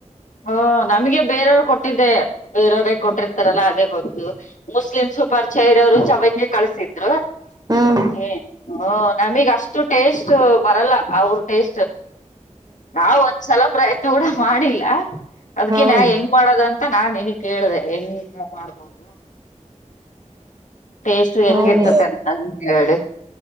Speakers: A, on the left; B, on the right.
A: ಹ್ಮ್ ನಮ್ಗೆ ಬೇರೆಯವರು ಕೊಟ್ಟಿದ್ದೆ. ಬೇರವರೇ ಕೊಟ್ಟಿರ್ತಾರಲ್ಲ ಅದೇ ಗೊತ್ತು ಮುಸ್ಲಿಮ ಪರ್ಚ ಇರೋರು ಚ. ಹಗೆ ಕಳಸಿದ್ರು ಹ.
B: ಹ್ಮ್
A: ಹಓ ನಮಗ್ ಅಷ್ಟು ಟೇಸ್ಟ್ ಬರಲ್ಲ ಅವ್ರ ಟೇಸ್ಟ್. ನಾವ ಒಂದ್ಸಲ ಪ್ರಯತ್ನ ಕೂಡ ಮಾಡಿಲ್ಲ ಅದಕ್ಕೆ
B: ಹೌದು
A: ನ ಹೆಂಗ. ಮಾಡದಂತ ನಾನ್ ನಿನ ಕೇಳ್ದ ಎಲ್ಲ ಮಾಡ್ಬೋದು. ಟೇಸ್ಟ್ ಹೆಂಗಿ
B: ಹೌದು
A: ಇರ್ತತೆ ಅಂತ ಹೇಳಿ